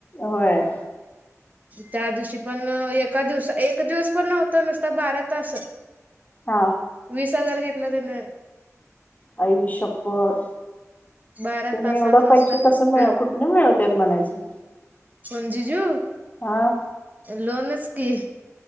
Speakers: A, on the left; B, on the right.
A: होय.
B: त्या दिवशी पण एका दिवस एक दिवस पण नव्हत नुसता बारात तस.
A: हा
B: वीस हजार घेतला त्यान.
A: आई शपत.
B: बारा
A: त्या
B: तासाला
A: एवढं
B: नुसता
A: पैसे कस
B: फक्त
A: मिळ कुठन मिळव त्यात म्हणायचं.
B: कोण जीजू
A: हा
B: लोणच की.